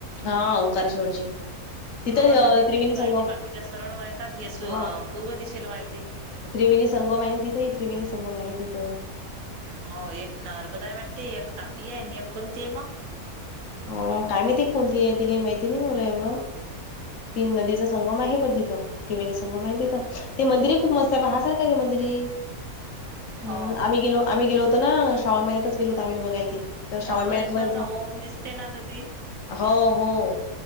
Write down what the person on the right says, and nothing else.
हो
नदी
उलटी वाहीते.
बाकीच्या सरळ वाहीतात हे
पूर्व दिशेला वाहीते.
हो. एक नर्मदाय वाटते. एक तापी आहे आणि एक कोणती आहे मग?
हो
ओंकारेश्वरचा
ओम दिसते ना तर ती-